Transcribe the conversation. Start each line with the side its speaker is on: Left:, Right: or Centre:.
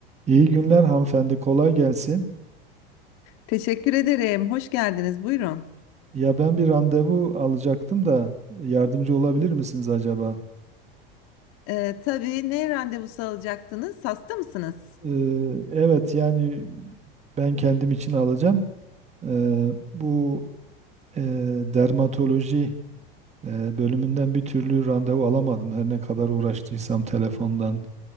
Right: İyi günler hanımefendi, kolay gelsin.
Left: Teşekkür ederim. Hoş geldiniz. Buyurun.
Right: Ya ben bir randevu alacaktım da yardımcı olabilir misiniz acaba?
Left: Ee, tabii ne randevusu alacaktınız? Hasta mısınız?
Right: Ee, evet yani ben kendim için alacağım. Ee, bu e, dermatoloji e, bölümünden bir türlü randevu alamadım. Her ne kadar uğraştıysam telefondan,